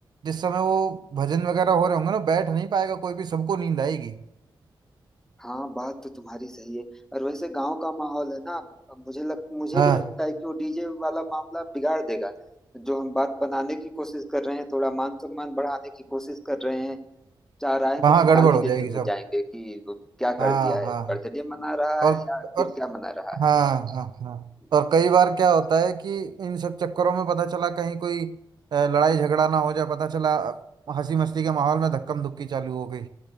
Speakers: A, on the right; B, in the centre.
A: जिस समय वो भजन वगैरह हो रहे होंगे ना बैठ नहीं पाएगा कोई भी सबको नींद आएगी
B: हाँ बात तो तुम्हारी सही है और वैसे गांव का माहौल है ना अब मुझे लग मुझे
A: हाँ
B: भी लगता है कि वो डीजे वाला मामला बिगाड़ देगा जो हम बात बनाने की कोशिश कर रहे हैं थोड़ा मान सम्मान बढ़ाने की कोशिश कर रहे हैं चार आएंगे
A: वहाँ
B: तो
A: गड़बड़
B: गाली
A: हो
B: देते
A: जाएगी
B: हुए
A: सब
B: जाएंगे कि वो क्या
A: हाँ
B: कर दिया है
A: हाँ
B: बर्थडे मना रहा है
A: और
B: या फिर
A: और
B: क्या मना रहा है
A: हाँ हाँ हाँ और
B: जी
A: कई बार क्या होता है कि इन सब चक्करों में पता चला कहीं कोई अ, लड़ाई झगड़ा ना हो जाए पता चला अ, हंसी मस्ती के माहौल में धक्कम धुक्की चालू हो गई